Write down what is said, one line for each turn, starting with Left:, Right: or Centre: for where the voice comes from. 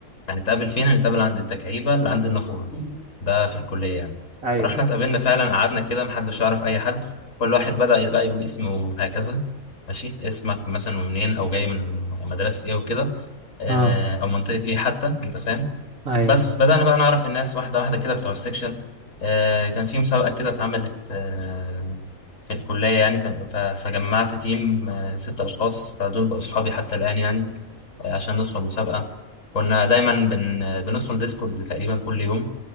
Left: هنتقابل فين هنتقابل عند التكعيبه اللي عند النافوره ده في الكليه يعني
Right: أيوة
Left: رحنا
Right: أيوة
Left: اتقابلنا فعلا قعدنا كده محدش يعرف اي حد كل واحد بدا بقى يقول اسمه هكذا ماشي اسمك مثلا ومنين او جاي من مدرسه ايه وكده آه،
Right: آه
Left: او منطقه ايه حتى انت فاهم
Right: أيوة
Left: بس بدأنا بقى نعرف الناس واحدة واحدة كده بتوع السكشن آه كان في مسابقة كده اتعملت آه في الكلية يعني كان ف- فجمعت تيم آه ستة أشخاص فدول بقوا أصحابي حتى الآن يعني آه عشان ندخل مسابقة كنا دايما بن آه، بندخل ديسكورد تقريبا كل يوم